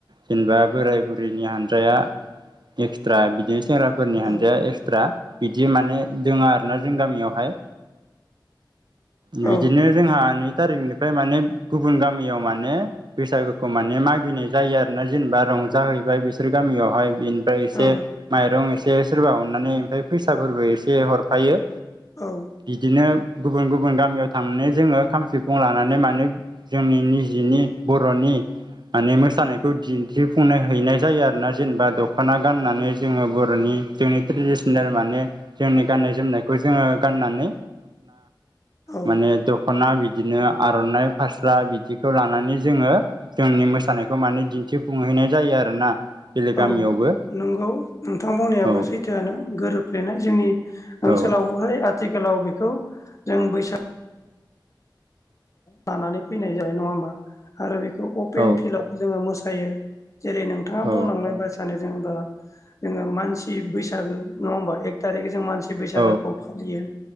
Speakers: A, on the right; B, on the left.
A: जेनेबा बोराय बुरैनि हानजाया एक्सट्रा बिदिनो सेंग्राफोरनि हानजाया
B: औ
A: एक्सट्रा बिदि माने दोङ आरोना जों गामियावहाय बिदिनो
B: औ
A: जोंहा नै थारिखनिफ्राय माने गुबुन गामियाव माने बैसागुखौ माने मागिनाय जायो आरोना जेनेबा रंजाहैबाय बिसोर गामियावहाय ओमफ्राय एसे
B: औ
A: माइरं एसे सोरबा अननानै ओमफ्राय फैसाफोरबो एसे हरफायो।
B: औ
A: बिदिनो गुबुन- गुबुन गामियाव थांनानै जोङो खाम सिफुं लानानै मानो जोंनि निजिनि बर'नि माने मोसानायखौ दिन्थिफुंनो हैनाय जायो आरो ना जेनेबा दख'ना गाननानै जोङो बर'नि जोंनि ट्रेडिसनेल माने जोंनि जोमनायखौ जोङो गाननानै
B: औ
A: माने दख'ना बिदिनो आर'नाइ फास्ला बिदिखौ लानानै जोङो जोंनि मोसानायखौ माने दिन्थिफुंहैनाय जायो आरोना। बेलेग गामियावबो
B: औ नंगौ नोंथां बुंनायाबो
A: औ
B: सैथोआनो गोरोबफ्लेनाय जोंनि ओनसोलावबोहाय
A: औ
B: आथिखालाव बेखौ जों बैसागो लानानै फैनाय जाबाय नङा होमबा आरो बेखौ अपेन
A: औ
B: फिल्डआव जोङो मोसायो। जेरै नोंथाङा
A: औ
B: बुंलांलाय बायसानो जेनबा जोङो मानसि बैसागो नङा होनबा एक थारि जों मानसि बैसागोखौ
A: औ
B: फालियो